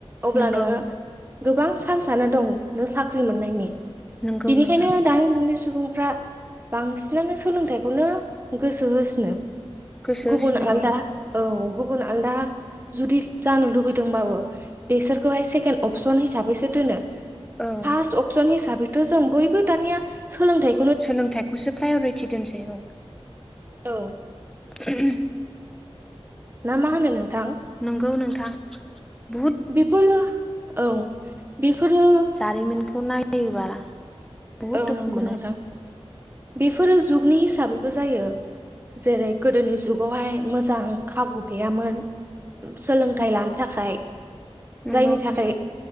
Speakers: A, on the right; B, in the centre.
A: अब्ला
B: नंगौ
A: नोङो गोबां चान्सनो दं नों साख्रि मोननायनि
B: नंगौ
A: बिनिखायनो
B: नोंथां
A: दानि जुगनि सुबुंफ्रा बांसिनानो सोलोंथाइखौनो गोसो होसिनो।
B: गोसो
A: गुबुन
B: होसिनो
A: आलदा
B: औ
A: औ गुबुन आलदा जुदि जानो लुबैदोंबाबो। बेसोरखौहाय सेकेणड अपसन हिसाबैसो दोनो
B: औ
A: फार्स्ट अन <unintelligible> फन हिसाबैथ' जों बयबो दानिया सोलोंथाइ
B: सोलोंथाइखौसो प्रायरिटि दोनसै औ।
A: औ।
B: <unintelligible>
A: ना मा होनो नोंथां?
B: नोंगौ नोंथां बहुद
A: बेफोरो औ बेफोरो
B: जारिमिनखौ नायोबा बुहुद
A: औ
B: दुखु
A: नंगौ
B: मोनो
A: नोंथां बेफोरो जुगनि हिसाबैबो जायो। जेरै गोदोनि जुगावहाय मोजां खाबु गैयामोन सोलोंथाइ लानो थाखाय
B: नंगौ
A: जायनि थाखाय
B: नोंथां